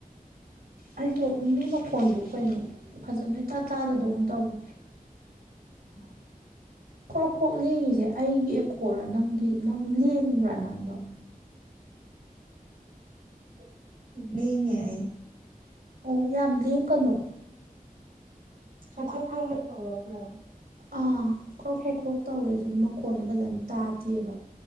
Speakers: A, on the right; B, on the right.
A: ꯑꯩꯗꯣ <unintelligible> ꯐꯣꯟꯗꯨ ꯀꯩꯅꯣ ꯐꯖꯅ ꯏꯇꯥ ꯇꯥꯥꯗꯗꯧꯅ ꯇꯧꯋꯦ
B: <inaudible>
A: ꯈ꯭ꯔꯣꯛ ꯈ꯭ꯔꯣꯛ ꯂꯦꯡꯉꯤꯁꯦ ꯑꯩꯒꯤ ꯑꯦꯀꫭꯔꯔ ꯅꯪꯒꯤ ꯅꯪ ꯂꯦꯡꯕ꯭ꯔ ꯅꯪꯗꯣ
B: <unintelligible> ꯂꯦꯡꯉꯦ ꯑꯩ
A: ꯑꯣ ꯌꯥꯝ ꯂꯦꯡꯒꯅꫭ
B: ꯁꯈ꯭ꯔꫭꯛ ꯈ꯭ꯔꫭꯛ ꯇꯧꯔꯛꯄ꯭ꯔ
A: ꯑꯥ ꯈ꯭ꯔꯣꯛ ꯈ꯭ꯔꯣꯛ ꯈ꯭ꯔꯣꯛ ꯇꯧꯋꯦ ꯑꯗꯨꯗ ꯃꯈꯣꯟꯗꯣ ꯐꯖꯅ ꯇꯥꯗꯦꯕ